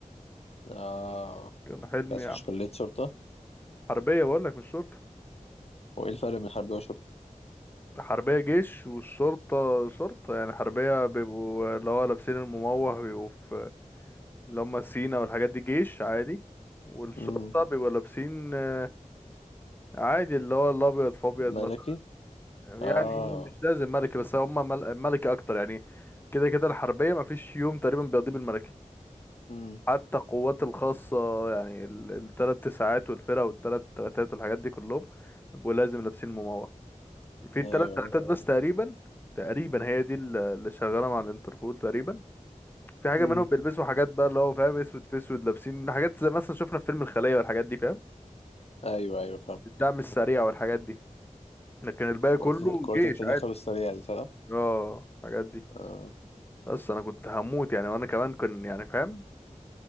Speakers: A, on the left (about 50°); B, on the left (about 15°).
A: اه
B: كان حلمي
A: عايز
B: يا
A: تخش
B: عم
A: كلية شرطة
B: حربيه بقول لك مش شرطه
A: وايه الفرق بين حربية وشرطة
B: حربية جيش والشرطة شرطة يعني حربية بيبقوا اللي هو لابسين المموه بيبقوا في اللي هم سينا والحاجات دي جيش عادي والشرطة
A: امم
B: بيبقوا لابسين آه، عادي اللي هو الأبيض في أبيض
A: ملكي
B: مثلا
A: اه
B: يعني مش لازم ملكي بس هم مل- ملكي أكتر يعني كده كده الحربية مفيش يوم تقريبا بيقضيه بالملكي
A: امم
B: حتى القوات الخاصة يعني ال- التلات تسعات والفرق والتلات تلاتات والحاجات دي كلهم بيبقوا لازم لابسين مموه في
A: ايوه
B: التلات تلاتات
A: ايوه
B: بس تقريبا تقريبا هي دي اللي اللي شغالة مع الانتربول تقريبا في حاجه
A: امم
B: منهم بيلبسوا حاجات بقى اللي هو فاهم اسود في اسود لابسين حاجات زي مثلا شفنا في فيلم الخليه والحاجات دي فاهم
A: ايوه ايوه فاهم
B: الدعم السريع والحاجات دي لكن الباقي
A: قوة
B: كله
A: قوة
B: جيش
A: التدخل
B: عادي
A: السريع دي صح؟
B: اه الحاجات دي
A: اه
B: بس انا كنت هموت يعني وانا كمان كان يعني فاهم